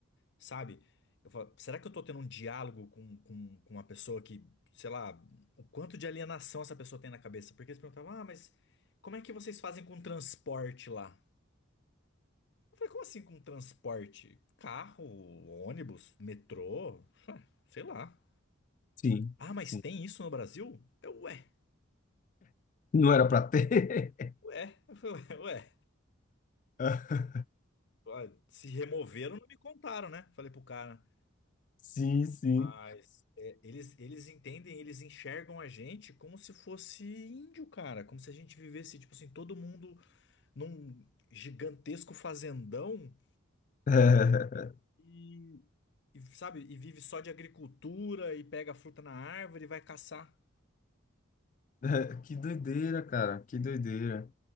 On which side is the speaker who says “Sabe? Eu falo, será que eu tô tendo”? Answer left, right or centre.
Left